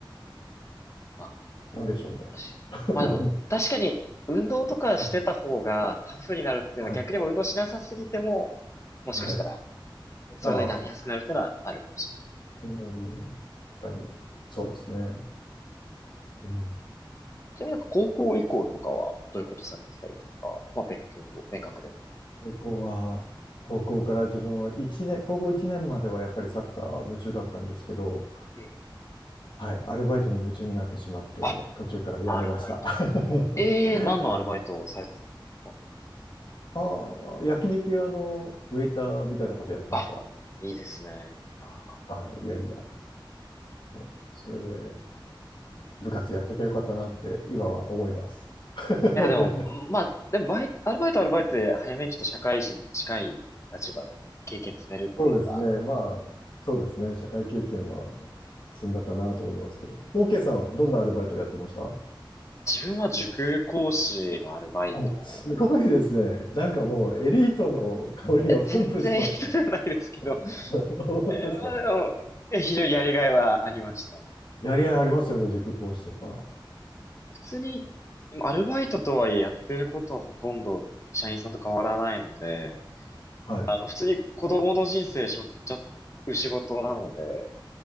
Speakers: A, on the left; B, on the left.
A: んまあ、
B: なんでしょうね。
A: 確
B: <laughs>
A: まあでも、確かに、運動とかしてた方がタフになるっていうのは逆にもう運動しなさすぎても、
B: はい。はい。
A: もしかしたら、
B: はい。
A: そういうのになりやすくなるっていうのはあるかもしれない。
B: ああ、うん、確かに。
A: 今
B: そうですね。うん
A: ちなみになんか高校以降とかは、どういうことされてたりとか、まあ勉強、勉学でも。
B: 高校は、高校から自分は一年、高校1年まではやっぱりサッカー夢中だったんですけど、
A: ええ
B: はい、アルバイトに夢中になってしまって、
A: あ、
B: 途中からやめました。
A: アルバイト。
B: <laughs> は
A: ええ何のアルバイトをされてたんですか
B: い。ああ、焼肉屋のウェイターみたいなことやってました。
A: あ、いいですね。なかなか。
B: はい、いやいや、もう、それで部活やっときゃよかったなって今は思います。<laughs>
A: いや、でも、んまあ、でもバイ、アルバイトはアルバイトで早めにちょっと社会人に近い立場で経験積めるっていうのは、
B: そうですね。まあ、そうですね。社会経験は積んだかなと思いますけど。OK さん、どんなアルバイトやってました
A: 自分は塾講師のアルバイトを、
B: お、すごいですね。なんかもうエリートの香りがプンプンしますね。
A: いや全然人じゃないですけど、
B: <laughs> 本当ですか
A: えーまあでも、え非常にやりがいはありましたね。
B: やりがいありますよね、塾講師とか。
A: 普通に、でもアルバイトとはいえやってることはほとんど社員さんと変わらないので、
B: はい。
A: 普通に子供の人生背負っちゃう仕事なので、